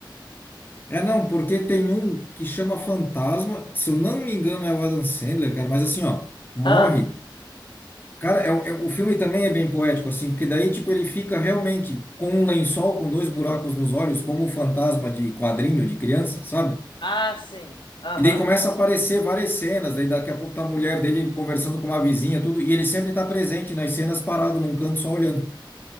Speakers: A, on the left; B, on the left.
A: É, não, porque tem um que chama Fantasma, se eu não me engano é o Adam Sandler, cara, mas assim, ó, morre
B: Ah,
A: Cara, é, é- o filme também é bem poético, assim, porque daí, tipo, ele fica realmente com um lençol com dois buracos nos olhos, como o fantasma de quadrinho de criança, sabe?
B: ah, sim. Aham.
A: E daí começa a aparecer várias cenas, daí daqui a pouco tá a mulher dele conversando com uma vizinha, tudo, e ele sempre tá presente nas cenas, parado num canto só olhando.